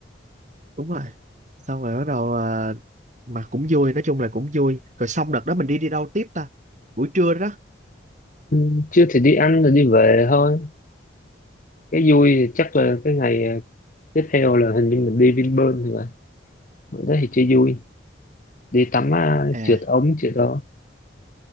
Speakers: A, on the right; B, on the left.
A: đúng rồi xong rồi bắt đầu ờ, mà cũng vui nói chung là cũng vui rồi xong đợt đó mình đi đi đâu tiếp ta buổi trưa đó
B: ừ. chứ thì đi ăn rồi đi về thôi cái vui thì chắc là cái ngày à, tiếp theo là hình như mình đi Vinpearl rồi ở đó thì chơi vui đi tắm à,
A: à
B: trượt ống trượt đó